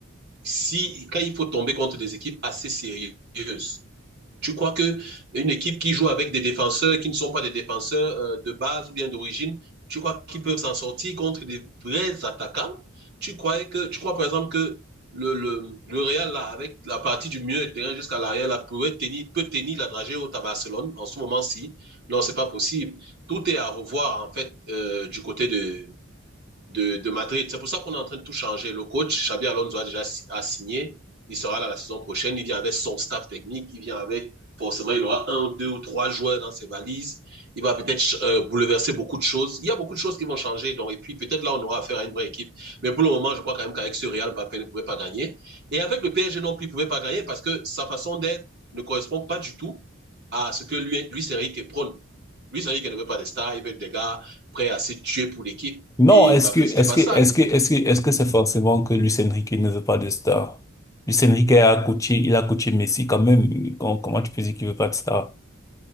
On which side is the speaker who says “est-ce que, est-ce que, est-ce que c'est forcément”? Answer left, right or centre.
Left